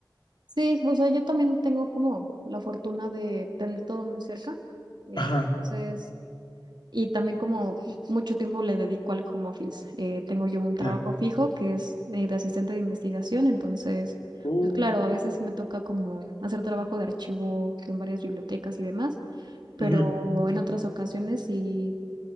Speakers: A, on the right; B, on the left.
A: Sí, o sea, yo también tengo como la fortuna de tener todo muy cerca. eh,
B: Ajá,
A: Entonces... Y también como mucho tiempo le dedico al home office. Eh, tengo yo un trabajo
B: ya.
A: fijo que es eh, de asistente de investigación, entonces,
B: Oh,
A: pues claro, a veces sí me toca como hacer trabajo de archivo en varias bibliotecas y demás, pero
B: Ujú.
A: en otras ocasiones sí